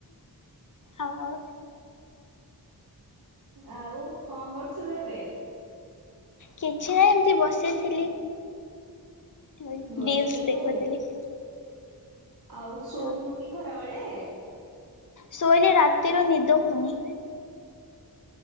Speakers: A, on the left; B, on the right.
A: ଆଉ।
B: ଆଉ କଣ କରୁଥିଲୁ ଏବେ?
A: କିଛି ନାଁ ଏମିତି ବସିଥିଲି। ହ ରିଲସ
B: ବସିଥିଲୁ
A: ଦେଖୁଥିଲି।
B: ଆଉ ଶୋଉନୁ
A: ହଁ।
B: କି ଖରାବେଳେ?
A: ଶୋଇଲେ ରାତିରେ ନିଦ ହଉନି।